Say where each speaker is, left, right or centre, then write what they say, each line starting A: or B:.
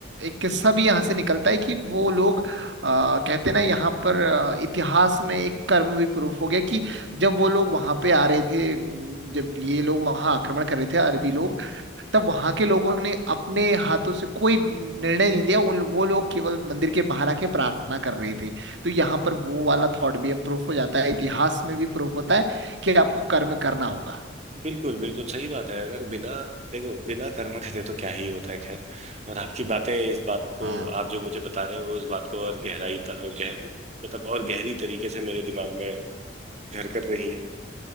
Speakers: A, on the right; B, on the right.
A: एक किस्सा भी यहाँ से निकलता है कि वो लोग अ, कहते हैं ना यहाँ पर अ, इतिहास में एक कर्म भी प्रूफ हो गया कि जब वो लोग वहां पे आ रहे थे म, जब ये लोग वहां आक्रमण कर रहे थे अरबी लोग तब वहां के लोगों ने अपने हाथों से कोई निर्णय नहीं लिया उन वो लोग केवल मंदिर के बाहर आके प्रार्थना कर रहे थे तो यहाँ पर वो वाला थॉट भी प्रूफ हो जाता है इतिहास में भी प्रूफ होता है कि आपको कर्म करना होगा
B: बिल्कुल बिल्कुल सही बात है अगर बिना देखो बिना कर्म करे तो क्या ही होता है खैर और आपकी बातें इस बात
A: हाँ
B: को आप जो मुझे बता रहे हो वो इस बात को और गहराई त- गह, मतलब और गहरी तरीके से मेरे दिमाग में घर कर रही हैं